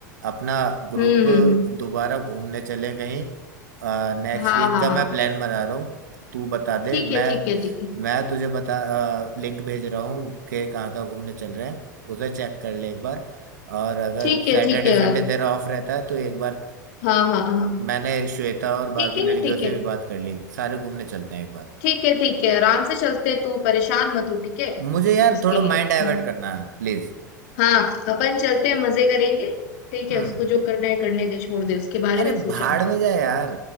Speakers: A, on the right; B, on the left.
A: अपना ग्रुप
B: हम्म हम्म।
A: दोबारा घूमने चले कहीं नेक्स्ट
B: हाँ
A: वीक
B: हाँ
A: का
B: हाँ
A: मैं प्लान बना रहा हूँ तू बता दे
B: ठीक
A: मैं
B: है ठीक है ठीक है
A: मैं तुझे बता लिंक भेज रहा हूँ कि कहाँ कहाँ घूमने चल रहे हैं उसे चेक कर ले एक बार और अगर
B: ठीक है
A: सैटरडे
B: ठीक है यार
A: संडे तेरा ऑफ रहता है तो एक बार
B: हाँ हाँ हाँ
A: मैंने श्वेता और बाकी
B: ठीक है
A: लड़कियों
B: ना ठीक
A: से
B: है
A: भी बात कर ली सारे घूमने चलते हैं एक बार
B: ठीक है ठीक है आराम से चलते हैं तू परेशान मत हो ठीक है
A: मुझे यार
B: इसके
A: थोड़ा
B: लिए
A: माइंड
B: हम्म,
A: डाइवर्ट करना है प्लीज
B: हाँ अपन चलते हैं मजे करेंगे ठीक
A: हम्म
B: है उसको जो करना है करने दे छोड़ दे उसके बारे
A: अरे
B: में सोचा
A: भाड़
B: मत
A: में जा यार